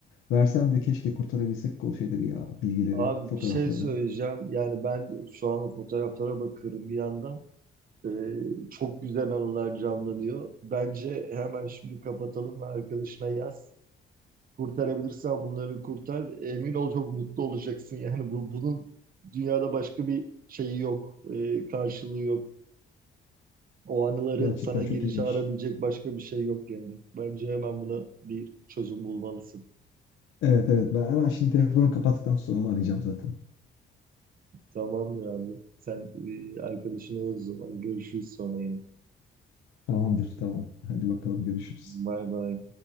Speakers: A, on the left (about 85°); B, on the right (about 45°).
A: Versem de keşke kurtarabilsek o şeyleri ya. Bilgileri,
B: Abi
A: fotoğrafları.
B: bir şey söyleyeceğim. Yani ben şu an o fotoğraflara bakıyorum bir yandan. Ee, çok güzel anılar canlanıyor. Bence hemen şimdi kapatalım ve arkadaşına yaz. Kurtarabilirsen bunları kurtar. Emin ol çok mutlu olacaksın. Yani bu, bunun dünyada başka bir şeyi yok. Ee, karşılığı yok. O anıları
A: Gerçekten
B: sana geri
A: çok iyiymiş.
B: çağırabilecek başka bir şey yok yani. Bence hemen buna bir çözüm bulmalısın.
A: Evet evet ben hemen şimdi telefonu kapattıktan sonra onu arayacağım zaten.
B: Tamamdır abi. Sen e, arkadaşına yaz o zaman. Görüşürüz sonra yine.
A: Tamamdır, tamam. Hadi bakalım görüşürüz.
B: Bay bay.